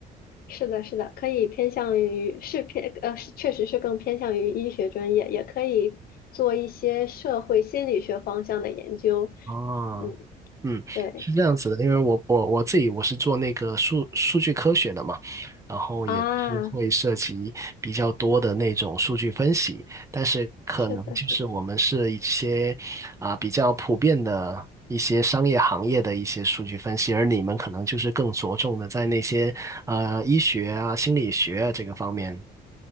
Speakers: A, on the left; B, on the right.
A: 是的，是的，可以偏向于是偏呃，是确实是更偏向于医学专业，也可以做一些社会心理学方向的研究。
B: 哦，
A: 嗯，
B: 嗯，
A: 对
B: 是这样子的，因为我我我自己我是做那个数数据科学的嘛，然后也是会涉及比较多的那种数据分析，
A: 啊，
B: 但是可能就是我们是一些啊、
A: 是的，是的。
B: 比较普遍的一些商业行业的一些数据分析，而你们可能就是更着重的在那些呃医学啊、心理学啊这个方面。